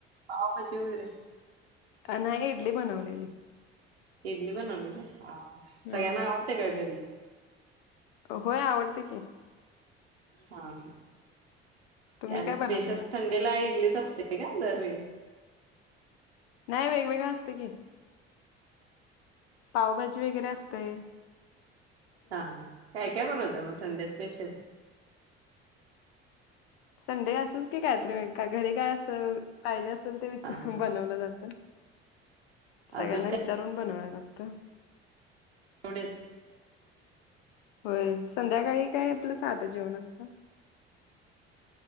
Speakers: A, on the right (about 80°); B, on the left (about 65°).
A: पावभाजी वगैरे
B: नाही इडली बनवलेली.
A: इडली बनवली काय हा सगळ्यांना
B: हा
A: आवडते काय घरी?
B: होय आवडतंय की
A: हा
B: तुम्ही
A: काय मग
B: बनवलेला
A: स्पेशल संडेला इडलीच असते. काय दरवेळी
B: नाय वेगवेगळा असतंय की पावभाजी वगैरे असतय.
A: हा हा काय काय बनवता मग संडे स्पेशल
B: संडे असच की कायतरी का घरी काय अस. पाहिजे असल ते
A: हा हा.
B: बनवलं जातं सगळ्यांना
A: अजून
B: विचारून
A: काय
B: बनवाय लागतं.
A: एवढंच
B: होय संध्याकाळी काय आपलं साधं जेवण असतं.